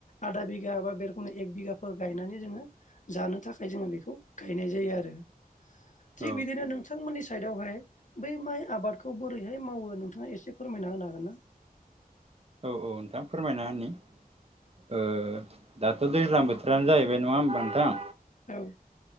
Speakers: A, on the left; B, on the right.
A: आदा बिघा बा <unintelligible> एग बिघाफोर गायनानै जोङो जानो थाखाय जोङो बेखौ गायनाय जायो आरो थिग
B: औ
A: बिदिनो नोंथांमोननि साइडावहाय बै माइ आबादखौ बोरैहाय मावो नोंथाङा एसे फोरमायना होनो हागोन ना? <inaudible>
B: औ औ नोंथां फोरमायना होनि ओ दा थ' दैज्लां बोथोरानो जाहैबाय नङा होमबा नोंथां?
A: औ।